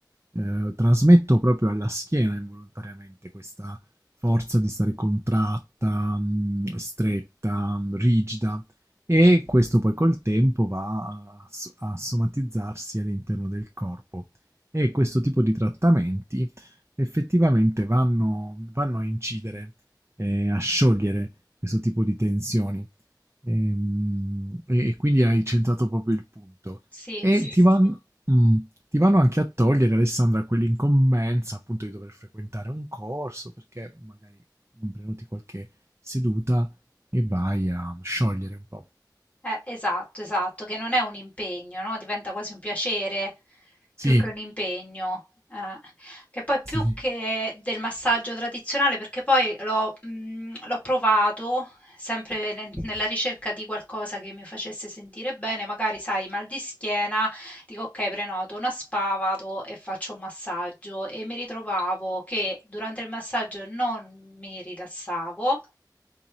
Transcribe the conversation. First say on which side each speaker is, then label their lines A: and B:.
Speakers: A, on the right; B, on the left.
A: eh, trasmetto proprio alla schiena involontariamente questa forza di stare contratta, mh, stretta, mh, rigida, e questo poi col tempo va a, a somatizzarsi all'interno del corpo e questo tipo di trattamenti effettivamente vanno, vanno a incidere, eh, a sciogliere questo tipo di tensioni Ehm, e, e quindi hai centrato proprio il punto
B: Sì,
A: e
B: sì, sì,
A: ti vanno,
B: sì.
A: mm, ti vanno anche a togliere Alessandra quell'incombenza appunto di dover frequentare un corso perché magari mm, prenoti qualche seduta e vai a sciogliere un po'.
B: Eh, esatto, esatto, che non è un impegno, no? Diventa quasi un piacere
A: Sì,
B: più che un impegno. eh. Che poi più
A: sì, sì.
B: che del massaggio tradizionale, perché poi l'ho mm, l'ho provato sempre ne- nella ricerca di qualcosa che mi facesse sentire bene, magari sai, mal di schiena Dico: "Okay, prenoto una spa, vado e faccio un massaggio" e mi ritrovavo che durante il massaggio non mi rilassavo